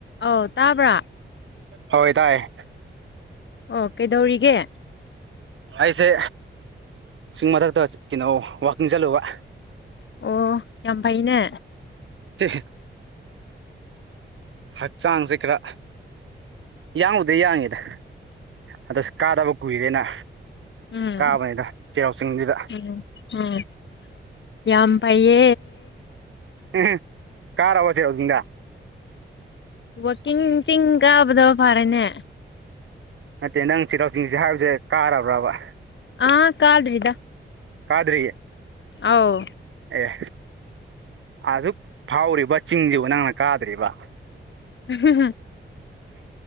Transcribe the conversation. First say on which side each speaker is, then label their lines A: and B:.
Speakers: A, on the left; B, on the right.
A: ꯑꯥꯎ ꯇꯥꯕ꯭ꯔꯥ
B: ꯍꯣꯏ ꯇꯥꯏꯌꯦ
A: ꯑꯣ ꯀꯩꯗꯧꯔꯤꯒꯦ
B: ꯑꯩꯁꯦ ꯆꯤꯡ ꯃꯊꯛꯇ ꯀꯩꯅꯣ ꯋꯥꯛꯀꯤꯡ ꯆꯠꯂꯨꯕ
A: ꯑꯣ ꯌꯥꯝ ꯐꯥꯏꯅꯦ
B: ꯏ ꯍꯛꯆꯥꯡꯁꯦ ꯈꯔ ꯌꯥꯎꯗ ꯌꯥꯡꯉꯤꯗ ꯑꯗꯣ ꯀꯥꯗꯕ ꯀꯨꯏꯔꯦꯅ
A: ꯑꯁ ꯎꯝ
B: ꯀꯥꯕꯅꯤꯗ ꯆꯩꯔꯥꯎ ꯆꯤꯡꯗꯨꯗ
A: ꯎꯝ ꯎꯝ ꯌꯥꯝ ꯐꯩꯌꯦ
B: ꯎꯝ ꯀꯥꯔꯛꯑꯣꯁꯦ ꯍꯧꯖꯤꯛꯇ
A: ꯋꯥꯛꯀꯤꯡ ꯆꯤꯡ ꯀꯥꯕꯗꯣ ꯐꯔꯦꯅꯦ
B: ꯅꯠꯇꯦ ꯅꯪ ꯆꯤꯔꯥꯎ ꯆꯤꯡ ꯍꯥꯏꯕꯁꯦ ꯀꯥꯔꯕ꯭ꯔꯕ
A: ꯑꯥ ꯀꯥꯗ꯭ꯔꯤꯗ
B: ꯀꯥꯗ꯭ꯔꯤ
A: ꯑꯥꯎ
B: ꯑꯦ ꯑꯁꯨꯛ ꯐꯥꯎꯔꯤꯕ ꯆꯤꯡꯁꯤꯕꯨ ꯅꯪꯅ ꯀꯥꯗ꯭ꯔꯤꯕ
A: ꯑꯍꯥ ꯍꯥ